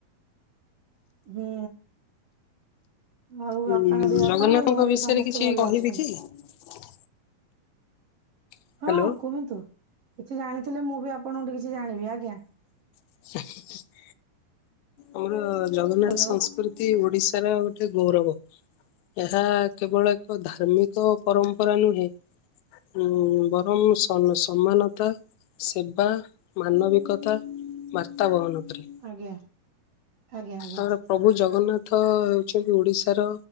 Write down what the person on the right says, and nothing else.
ହୁଁ ଆଉ
ବାପାଙ୍କ ଦେହ
ପା, ଆଉ ଘରେ
ସମସ୍ତେ
ଭଲ
ଅଛନ୍ତି?
ହଁ କୁହନ୍ତୁ? କିଛି ଜାଣିଥିଲେ ମୁଁ ବି ଆପଣଙ୍କ ଠୁ କିଛି ଜାଣିବି, ଆଜ୍ଞା।
ହ୍ୟାଲୋ
ଆଜ୍ଞା ଆଜ୍ଞା ଆଜ୍ଞା।